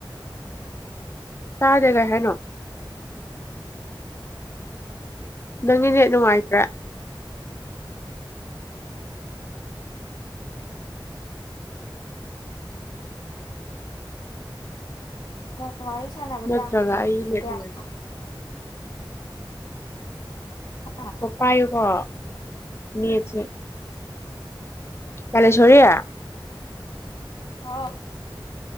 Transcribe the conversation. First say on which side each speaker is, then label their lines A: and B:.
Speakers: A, on the left (about 30°); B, on the left (about 55°).
A: ꯇꯥꯗꯦ ꯀꯩ ꯍꯥꯏꯅꯣ ꯅꯪꯒꯤ ꯅꯦꯠ ꯅꯨꯡꯉꯥꯏꯇ꯭ꯔꯦ
B: ꯐ ꯋꯥꯔꯤ ꯁꯥꯟꯅꯕ
A: ꯅꯠꯇ꯭ꯔꯒ
B: ꯀꯌꯥꯝ ꯀꯨꯏ
A: ꯑꯩꯒꯤ ꯅꯦꯠ
B: ꯀꯌꯥꯝ
A: ꯅꯨꯡꯉꯥꯏꯇ꯭ꯔꯦꯀꯣ
B: ꯁꯥ
A: ꯈꯣ ꯄꯥꯏꯌꯨꯀꯣ ꯅꯦꯠꯁꯦ ꯀꯂ ꯁꯣꯔꯤ
B: ꯍꯥꯎ